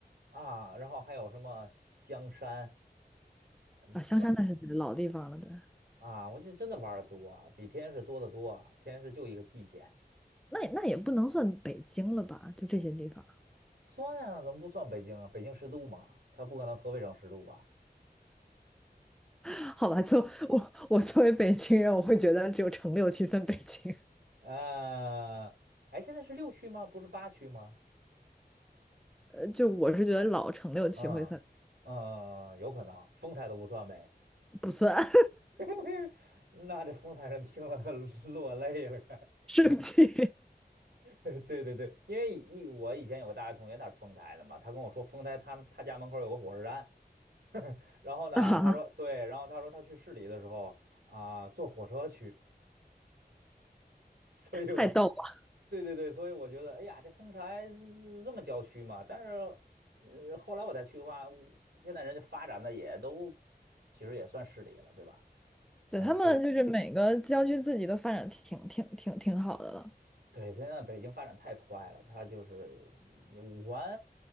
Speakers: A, on the right (about 75°); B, in the centre.
A: 啊，然后还有什么香山，嗯，
B: 啊。香山那是老地方了，
A: 对吧？
B: 对，
A: 啊，我就真的玩的多啊，比天津市多得多啊，天津市就一个蓟县。
B: 那也那也不能算北京了吧？就这些地方。
A: 算啊，怎么不算北京啊？北京十度嘛，它不可能河北省十度吧？
B: <laughs> 好吧，就我我作为北京人，我会觉得只有城六区算北京，
A: 呃，哎，现在是六区吗？不是八区吗？
B: 呃，就我是觉得老城六区会算，
A: 嗯嗯，有可能，丰台都不算呗。
B: 不算
A: <laughs> 那这丰台人听了 <laughs> 落泪了，该。
B: <laughs> 生气
A: <laughs> 对对对，因为一我以前有个大学同学，他是丰台的嘛，他跟我说丰台他他家门口有个火车站，<laughs> 然后呢，
B: <laughs> 啊，
A: 他说对，
B: 啊
A: 然后他说他去市里的时候啊、坐火车去，所以我
B: 太逗了。
A: 对对对，所以我觉得，哎呀，这丰台呃这么郊区嘛，但是，呃，后来我再去的话，我现在人家发展的也都，其实也算市里了，对吧？
B: 对，
A: 但是就是
B: 他们就是每个郊区自己都发展挺挺挺挺好的了，
A: 对，现在北京发展太快了，它就是嗯五环